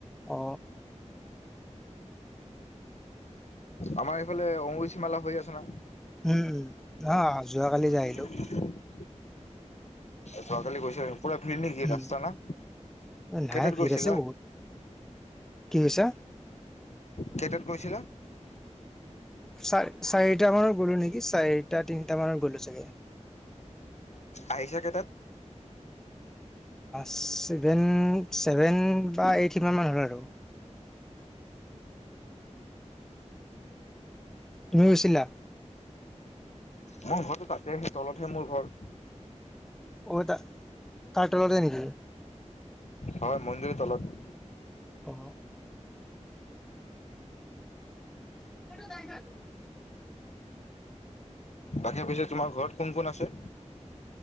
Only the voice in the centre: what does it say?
অ
উম উম অ যোৱাকালি যাই
আহিলো
উম
নাই ভিৰ
আছে বহুত কি কছা
চ চাৰিটা মানত গ'লো নেকি চাৰিটা তিনিটা মানত গ'লো চাগে
চেভেন <unintelligible> <unintelligible>
অ তা তলতে নেকি
অ <unintelligible>